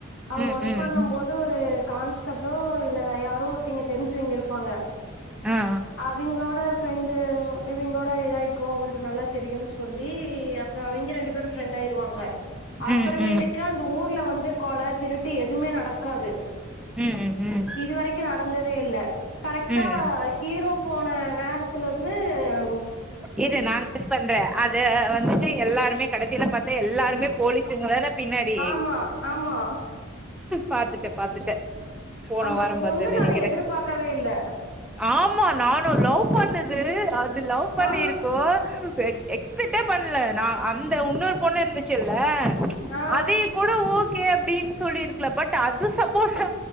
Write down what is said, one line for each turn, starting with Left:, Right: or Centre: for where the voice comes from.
Left: அவர்
Centre: ம்
Left: ஒர்க்
Centre: ம்
Left: பண்ணு
Centre: ம்
Left: போது ஒரு கான்ஸ்டபிளோ இல்ல யாரோ ஒருத்திங்க தெரிஞ்சுவங்க இருப்பாங்க
Centre: ஆஆ
Left: அவங்களோட ஃபிரெண்டு இவங்களோட இதாயிக்கோ அவருக்கு நல்லா தெரியும்ன்னு சொல்லி அப் அப்பறஅவங்க ரெண்டு பேரு ஃப்ரெண்ட் ஆயிருவாங்க அப்புறமேட்டு
Centre: ம் ம்
Left: அந்த ஊர்ல வந்து கொலை திருட்டு எதுவுமே நடக்காது
Centre: ம் ம் ம்
Left: இதுவரைக்கு துவரை நடந்ததே இல் கரெக்டா
Centre: ம்
Left: ஹீரோ போன நேரத்துல இருந்து கிட்
Centre: இது நாங்க விஷ் பண்றே அது வந்துட்டு எல்லாருமே கடைசில பாத்து எல்லாருமே போலீஸ்ங்க தானே பின்னாடி
Left: ஆமா ஆமா
Centre: பாத்துட்டே பாத்துட்டே போன
Left: அந்த
Centre: வாரம்
Left: பொண்ணு
Centre: பாத்தே நினைக்கிறே
Left: நானு எதிர்பார்க்கவே இல்ல
Centre: ஆமா நானு லவ் பண்ணுது அது லவ் பண்ணிருக்கு
Left: ஆ
Centre: எக்ஸ்பெக்ட பண்ணல நா அந்த இன்னொரு பொண்ணு இருந்துச்சுல்ல
Left: ஆ
Centre: அதே கூட ஓ ஓகே அப்படின்னு சொல்லிருக்கல பட் அது சப்போர்ட்